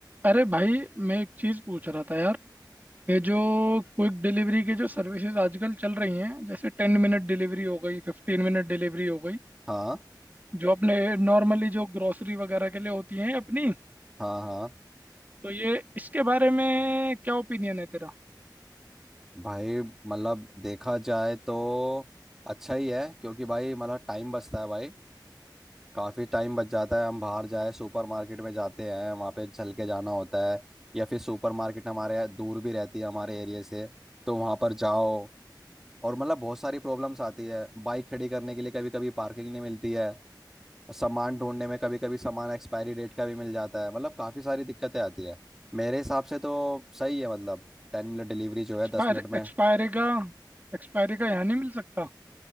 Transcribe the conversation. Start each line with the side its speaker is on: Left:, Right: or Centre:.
Right: अरे भाई मैं एक चीज पूछ रहा था यार ये जो क्विक डिलीवरी के जो सर्विसेज आजकल चल रही हैं जैसे टेन मिनट डिलीवरी हो गई फिफ्टीन मिनट डिलीवरी हो गई
Centre: हाँ
Right: जो अपने नॉर्मली जो ग्रोसरी वगैरह के लिए होती हैं अपनी
Centre: हाँ हाँ
Right: तो ये इसके बारे में क्या ओपिनियन है तेरा
Centre: भाई मतलब देखा जाए तो अच्छा ही है क्योंकि भाई मतलब टाइम बचता है भाई काफ़ी टाइम बच जाता है हम बाहर जाए सुपरमार्केट में जाते हैं वहाँ पे चल के जाना होता है या फिर सुपरमार्केट हमारे दूर भी रहती है हमारे एरिया से तो वहाँ पर जाओ और मतलब बहुत सारी प्रॉब्लम्स आती है बाइक खड़ी करने के लिए कभी कभी पार्किंग नहीं मिलती है सामान ढूंढने में कभी कभी सामान एक्सपायरी डेट का भी मिल जाता है मतलब काफ़ी सारी दिक्कतें आती है मेरे हिसाब से तो सही है मतलब टेन मिनट डिलीवरी जो
Right: एक्सपायर
Centre: है दस मिनट में
Right: एक्सपायरी का एक्सपायरी का यहाँ नहीं मिल सकता